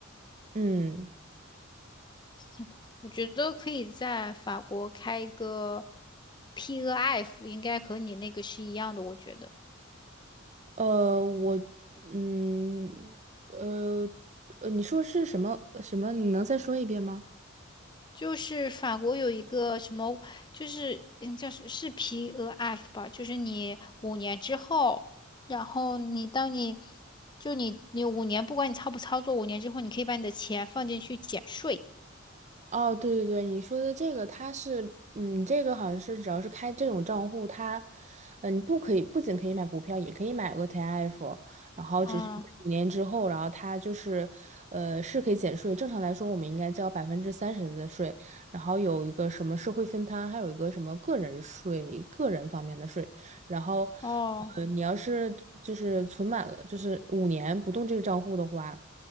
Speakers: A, on the right; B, on the left.
A: 嗯，
B: 行吧？我觉得可以在法国开一个 p o f 应该和你那个是一样的，我觉得。
A: 呃，我，嗯，呃，呃，你说是什么什么？你能再说一遍吗？
B: 就是法国有一个什么，就是嗯叫是是 p 额 f 吧，就是你五年之后，然后你当你就你你五年，不管你操不操作，五年之后你可以把你的钱放进去减税。
A: 哦，对对对，你说的这个，它是，嗯，这个好像是只要是开这种账户，它，嗯，你不可以，不仅可以买股票，也可以买 ETF，然后只是在五年之后，
B: 嗯，
A: 然后它就是，呃，是可以减税。正常来说，我们应该交百分之三十的税，然后有一个什么社会分摊，还有一个什么个人税，个人方面的税。然后，
B: 哦
A: 呃，你要是就是存满了，就是五年不动这个账户的话。